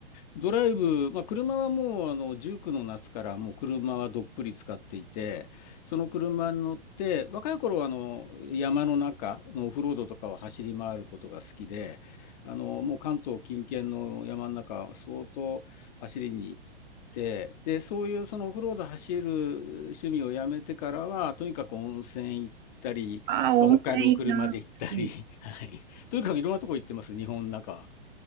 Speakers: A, on the left; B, on the right.
A: ドライブ、まあ、車はもうあの19の夏からもう車はどっぷり使っていて、その車に乗って、若い頃はあの山の中のオフロードとかを走り回ることが好きで、あのもう関東近県の山の中、相当走りに行って、で、そういうそのオフロード走る趣味をやめてからは、とにかく温泉行ったり、
B: ああー、温泉いいな。
A: まあ、北海道車で行ったり、
B: うん
A: <laughs> はい、とにかくいろんなとこ行ってます、日本の中は。